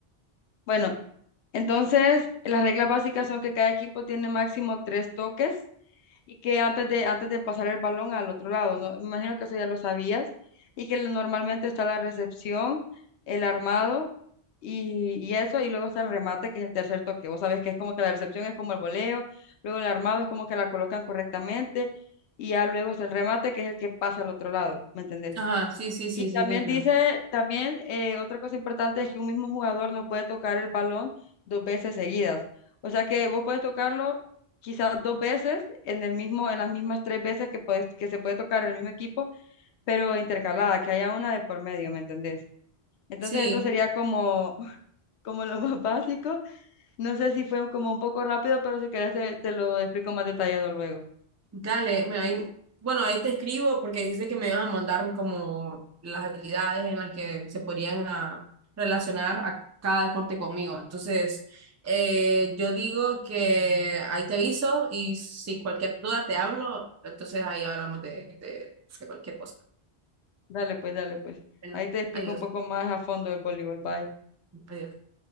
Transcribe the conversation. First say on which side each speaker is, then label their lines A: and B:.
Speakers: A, on the left (about 80°); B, on the right (about 25°).
A: Bueno, entonces las reglas básicas son que cada equipo tiene máximo tres toques y que antes de, antes de pasar el balón al otro lado, ¿no? Me imagino que eso ya lo sabías, y que normalmente está la recepción, el armado y, y eso, y luego está el remate, que es el tercer toque. Vos sabés que es como que la recepción es como el voleo, luego el armado es como que la colocan correctamente, y ya luego está el remate, que es el que pasa al otro lado, ¿me entendés?
B: Ajá, sí, sí, sí,
A: Y
B: sí,
A: también
B: te entiendo.
A: dice, también eh, otra cosa importante es que un mismo jugador no puede tocar el balón dos veces seguidas. O sea que vos puedes tocarlo quizás dos veces en el mismo, en las mismas tres veces que puedes, que se puede tocar el mismo equipo, pero intercalada, que haya una de por medio, ¿me entendés? Entonces
B: Sí.
A: esto sería como, <laughs> como lo más básico. No sé si fue como un poco rápido, pero si querés te, te lo explico más detallado luego.
B: Dale, me, ahí, bueno, ahí te escribo porque dice que me vas a mandar como las habilidades en las que se podrían a- relacionar a cada deporte conmigo. Entonces, eh, yo digo que ahí te aviso y si cualquier duda te hablo, entonces ahí hablamos de, de de cualquier cosa.
A: Dale pues, dale pues.
B: Bueno,
A: Ahí te explico
B: adiós,
A: un poco más a fondo el voleibol. Bye.
B: adiós.